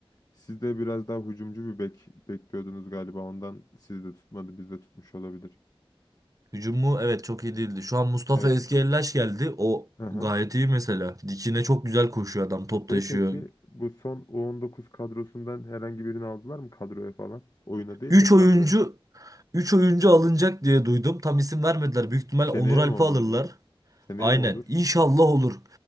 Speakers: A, on the left; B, on the right.
A: Siz de biraz daha hücumcu bir bek bekliyordunuz galiba. Ondan siz de tutmadı, biz de tutmuş olabilir.
B: Hücum Evet çok iyi değildi. Şu an Mustafa
A: Evet.
B: Eskiellaş geldi. O
A: Hı hı.
B: gayet iyi mesela. Dikine çok güzel koşuyor adam. Top
A: Şey
B: taşıyor.
A: peki bu son U19 kadrosundan herhangi birini aldılar mı kadroya falan? Oyuna değil
B: 3
A: de kadroya.
B: oyuncu 3 oyuncu alınacak diye duydum. Tam isim vermediler. Büyük ihtimal
A: Seneye
B: Onur Alp'i
A: mi olur
B: alırlar.
A: bu? Seneye
B: Aynen.
A: mi olur?
B: İnşallah olur.